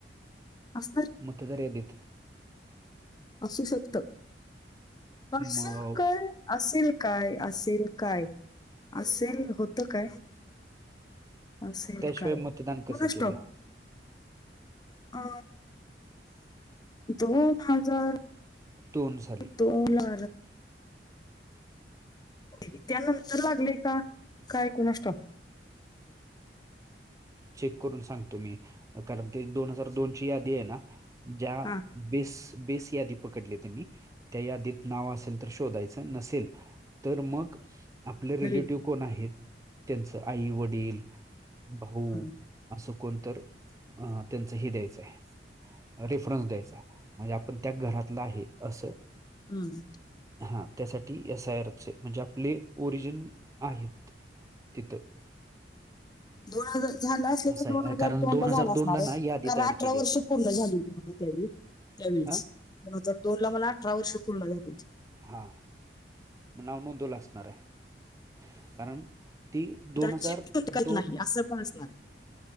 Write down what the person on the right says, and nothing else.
मतदार यादीत
मग
त्याशिवाय
मतदान
कसं केलं
दोन साली
चेक करून सांगतो मी. कारण ते दोन हजार दोनची यादी आहे ना ज्या.
बेस बेस यादी पकडली त्यांनी त्या यादीत नाव असेल तर शोधायचं नसेल. तर मग. आपले रिलेटिव
कोण आहेत त्यांचं आई वडील भाऊ.
असं कोणत अं त्यांचं हे द्यायचं आहे. रेफरन्स द्यायचा म्हणजे आपण त्या घरातला आहे असं.
हा त्यासाठी एसयरफचे म्हणजे आपले ओरिजिन आहेत. कथ.
असं
आहे
कारण
हजार
दोनला ना यादी
तयार
केली
होती
अ
हा म नाव नोंदवला असणार आहे कारण. ती दोन
हजार दो